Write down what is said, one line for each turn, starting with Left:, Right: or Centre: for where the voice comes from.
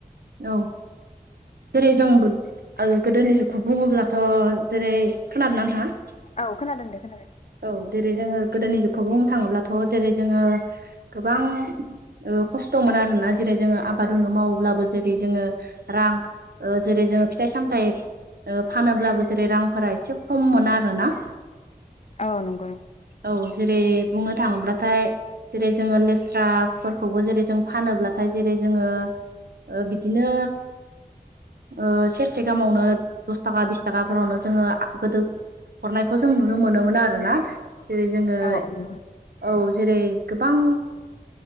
Right: औ जेरै जों बुद ओ गोदोनि जुगखौ बुङोब्लाथ' जेरै खोनादोंना नोथाङा?
Left: औ खोनादों दे खोनादों।
Right: औ देरै जोङो गोदोनिखौ बुंनो थाङोब्लाथ' जेरै जोङो गोबां ओ खस्थ'मोन आरोना जेरै जोङो आबाद उनु मावोब्लाबो जेरै जोङो रां ओ जेरै जोङो फिथाइ सामथाय ओ फानोब्लाबो जेरै रांफोरा एसे खममोन आरोना।
Left: औ नंगौ नंगौ।
Right: औ जेरै बुंनो थाङोब्लाथाय जेरै जोङो लेस्राफोरखौबो जेरै जों फानोब्लाथाय जेरै जोङो ओ बिदिनो ओ सेरसे गाहामावनो दस थाखा बिस थाखाफोरावनो जोङो आ गोदो हरनायखौ जों नुनो मोनोमोन आरोना। जेरै जोङो
Left: औ औ नंगौ
Right: औ जेरै गोबां